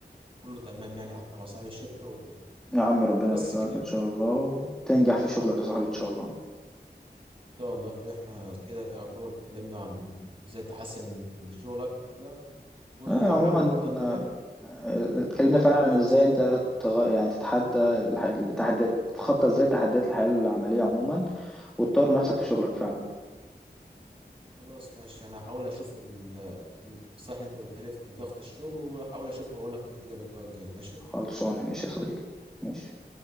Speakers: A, on the right; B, in the centre.
A: كله تمام يعني حتى مع صاحب الشركه وكده
B: يا عم ربنا
A: بس
B: يوفقك
A: كده
B: ان شاء
A: اصلا
B: الله وتنجح في شغلك يا صاحبي ان شاء الله
A: ان شاء الله يا اخويا احنا كده يعتبر اتكلمنا عن ازاي تحسن من شغلك وكده وحاول
B: آه، عموما
A: برضه اتبع
B: آه، اتكلمنا
A: حاول
B: فعلا
A: اتبع
B: عن ازاي
A: نصايح
B: انت تغ... يعني تتحدى الح- التحديات تتخطى ازاي تحديات الحياة العملية عموما وتطور نفسك في شغلك فعلا
A: خلاص ماشي انا هحاول اشوف ال- النصائح اللي انت قلتها لي في ضغط الشغل واحاول اشوفها واقول لك النتيجه الاسبوع الجاي ماشي
B: خلصانه ماشي يا صديقي ماشي